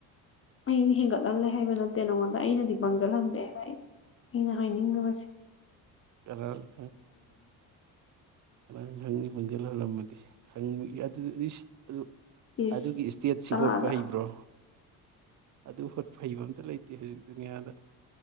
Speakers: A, on the left; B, on the right.
A: ꯑꯩꯅ ꯍꯦꯟꯒꯠꯂꯂ ꯍꯥꯏꯦ ꯃꯅ ꯅꯪꯉꯣꯟꯗ ꯑꯩꯅꯗꯤ ꯄꯪꯁꯤꯜꯂꯝꯗꯦ ꯍꯥꯏꯕ ꯑꯩ ꯑꯩꯅ ꯍꯥꯏꯅꯤꯡꯉꯕꯁꯦ
B: ꯀꯔꯥꯡꯈ ꯀꯔꯥꯡꯈꯪꯒꯤ ꯈꯣꯟꯖꯦꯜ ꯍꯜꯂꯝꯃꯗꯤꯁꯦ ꯈꯪ ꯑꯗꯨꯗꯤ ꯑꯗꯨ
A: ꯏꯁ
B: ꯑꯗꯨꯒꯤ ꯏꯁꯇꯦꯠꯁꯤ
A: ꯆꯂꯥꯗ
B: ꯍꯣꯠꯄ ꯍꯩꯕ꯭ꯔꯣ ꯑꯗꯨ ꯍꯣꯠ ꯐꯩꯕ ꯑꯝꯇ ꯂꯩꯇꯦ ꯍꯧꯖꯤꯛ ꯑꯗꯨꯅꯤꯌꯥꯗ